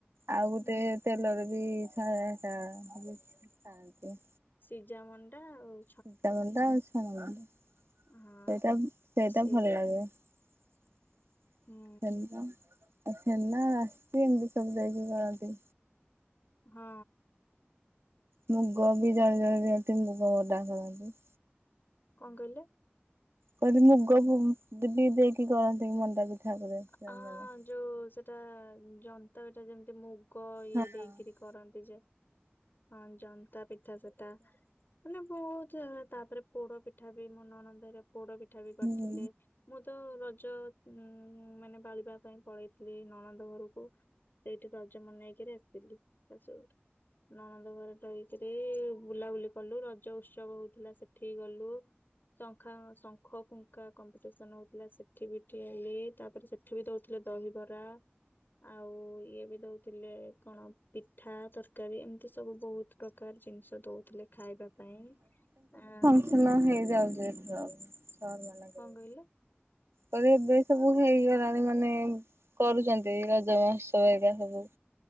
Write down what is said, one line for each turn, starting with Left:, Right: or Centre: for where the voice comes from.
Right: ଆଉ ଗୋଟେ
Left: ହୁଁ
Right: ତେଲରେ ବି ଛା କା ଖାଆନ୍ତି।
Left: ସିଜାମଣ୍ଡା ଆଉ
Right: ସିଝା ମଣ୍ଡା ଆଉ ଛାଣୁ ନାହାନ୍ତି।
Left: ହଁ
Right: ସେଇଟା ସେଇଟା
Left: ସେ
Right: ଭଲ ଲାଗେ। ଛେନା
Left: ହୁଁ
Right: ଆଉ ଛେନା ରାସିି ଏମିତି ସବୁ ଦେଇକି କରନ୍ତି।
Left: ହଁ।
Right: ମୁଗ ବି ଜଣେ ଜଣେ ଦିଅନ୍ତି ମୁଗ ବଡା କରନ୍ତି।
Left: କଣ କହିଲେ?
Right: କହିଲି ମୁଗ ବି ଦେଇକି କରନ୍ତି ମଣ୍ଡା ପିଠା ଉପରେ ଜଣେ
Left: ହଁ
Right: ଜଣେ।
Left: ଯୋଉ ସେଇଟା ଜନ୍ତା ଏଟା ଯେମିତି ମୁଗ ଇଏ
Right: ହଁ
Left: ଦେଇକିରି କରନ୍ତି ଯେ, ହଁ ଜନ୍ତା ପିଠା ସେଟା। ମାନେ ବହୁତ ଜ ତାପରେ ପୋଡ ପିଠା ବି ନଣନ୍ଦରେ ପୋଡ ପିଠା ବି କରିଥିଲେ।
Right: ହୁଁ
Left: ମୁଁ ତ ରଜ ଉ ମାନେ ପାଳିବା ପାଇଁ ପଳେଇଥିଲି ନଣନ୍ଦ ଘରକୁ। ସେଇଠି ରଜ ମନେଇକିରି ଆସିଥିଲି ତା ସ ନଣନ୍ଦ ଘରେ ରହି ସେଥିରେ ବୁଲାବୁଲି କଲୁ ରଜ ଉତ୍ସବ ହଉଥିଲା ସେଠିକି ଗଲୁ। ଶଙ୍ଖା ଶଙ୍ଖ ଫୁଙ୍କା କମ୍ପିଟିସନ ହଉଥିଲା ସେଠି ବି ଟିକେ ଲି। ତାପରେ ସେଠି ବି ଦଉଥିଲେ ଦହିବରା। ଆଉ ଇଏ ବି ଦଉଥିଲେ କଣ ପିଠା ତରକାରୀ ଏମିତି ସବୁ ବହୁତ। ପ୍ରକାର ଜିନିଷ ଦଉଥିଲେ ଖାଇବା ପାଇଁ ଆ
Right: ହେଲ ହେଇଯାଉଚି ଏଥର ସାର୍ ମନାକଲେ।
Left: କଣ କହିଲେ
Right: କହିଲେ ଏବେ ସବୁ ହେଇଗଲାଣି ମାନେ କରୁଚନ୍ତି ରଜ ମହୋତ୍ସବ ଏଇରା ସବୁ।